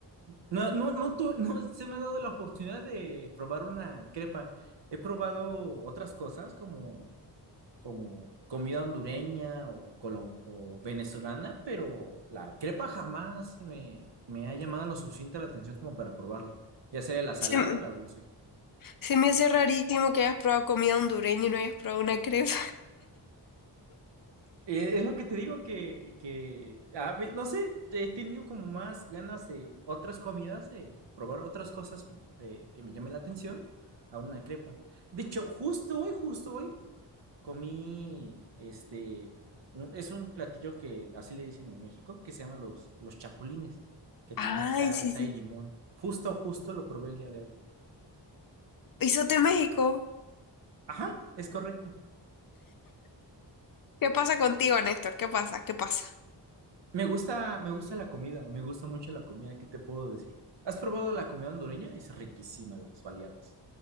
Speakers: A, on the right; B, on the left.
A: No, no, no, tu- <laughs> no se me ha dado la oportunidad de probar una crepa. He probado otras cosas como, como comida hondureña o, colo- o venezolana, pero la crepa jamás me, me ha llamado lo suficiente la atención como para probarla, ya sea la salada
B: Se, m-
A: o la dulce.
B: se me hace rarísimo que hayas probado comida hondureña y no hayas probado una crepa.
A: Eh, Es lo que te digo que, que a ve- no sé, he tenido como más ganas de otras comidas, de probar otras cosas eh, que me llamen la atención a una crepa. De hecho, justo hoy, justo hoy, comí, este, un- es un platillo que así le dicen en México, que se llaman los, los chapulines,
B: <laughs>
A: que tenía
B: Ay,
A: salsa
B: sí, sí.
A: y limón. Justo, justo lo probé el día de hoy.
B: Isote México.
A: Ajá, es correcto.
B: ¿Qué pasa contigo, Néstor? ¿Qué pasa? ¿Qué pasa?
A: Me gusta, me gusta la comida, me gusta mucho la comida, ¿qué te puedo decir? ¿Has probado la comida hondureña? Es riquísima las baleadas.